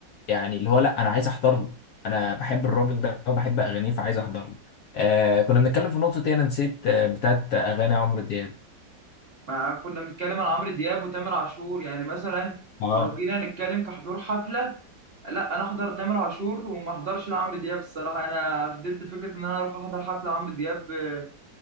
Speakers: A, on the left (about 70°); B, on the right (about 40°).
A: يعني اللي هو لا انا عايز احضر له انا بحب الراجل ده وبحب اغانيه فعايز احضر له آه كنا بنتكلم في نقطه ايه انا نسيت آه بتاعت اغاني عمرو دياب
B: ما كنا بنتكلم عن عمرو دياب وتامر عاشور يعني مثلا
A: اه
B: لو جينا نتكلم كحضور حفلة لا انا احضر تامر عاشور وما احضرش لعمرو دياب الصراحة انا ضد فكرة ان انا اروح احضر حفلة عمرو دياب آه،